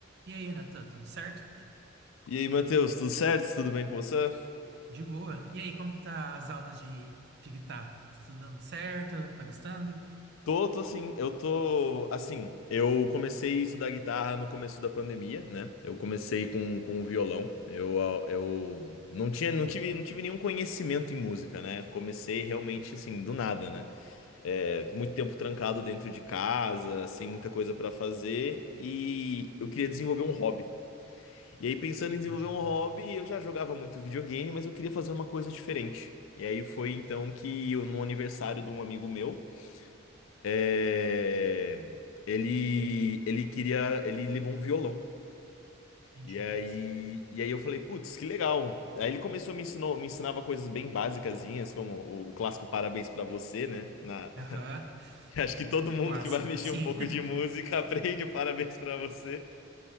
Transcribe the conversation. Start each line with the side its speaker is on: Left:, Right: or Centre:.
Right: E aí, Natan, tudo certo?
Left: E aí, Matheus, tudo certo? Tudo bem com você?
Right: De boa. E aí, como que tá as aulas de, de guitarra? Tá Tudo dando certo? Tá gostando?
Left: Tô, tô sim. Eu tô, assim, eu comecei a estudar guitarra no começo da pandemia, né? Eu comecei com, com o violão. Eu, ah, eu não tinha, não tive, não tive nenhum conhecimento em música, né? Comecei realmente,
Right: Uhum,
Left: assim, do nada, né? É, muito tempo trancado dentro de casa, sem muita coisa pra fazer. E eu queria desenvolver um hobby. E aí, pensando em desenvolver
Right: entendi.
Left: um hobby, eu já jogava muito videogame, mas eu queria fazer uma coisa diferente. E aí foi então que eu, no aniversário de um amigo meu, é, ele ele queria, ele levou um violão.
Right: Entendi,
Left: E aí,
Right: nossa.
Left: e aí eu falei, putz, que legal. Aí ele começou a me ensinou, me ensinava coisas bem basicazinhas, como o, o clássico parabéns pra você, né? Na-
Right: Aham,
Left: <laughs> Acho que todo mundo
Right: clássico,
Left: que vai mexer
Right: assim.
Left: um pouco
Right: <laughs>
Left: de música <laughs> aprende o parabéns pra você.